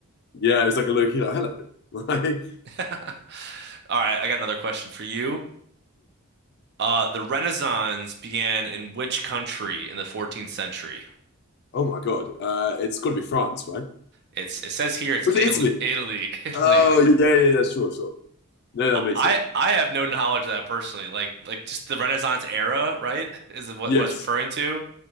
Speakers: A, on the left; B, on the right.
A: Yeah, it was like a low key like hello. <laughs> Like,
B: <laughs> All right, I got another question for you. Uh, the Renaissance began in which country in the 14th century?
A: oh my God. Uh it's gotta be France, right?
B: It's it says here it's
A: Was
B: Italy,
A: it Italy?
B: Italy, <laughs> Italy.
A: Oh yeah, yeah, yeah, sure, sure. No, that makes
B: I
A: sense.
B: I have no knowledge of that personally. Like like just the Renaissance era, right? Is what
A: Yes.
B: what it's referring to.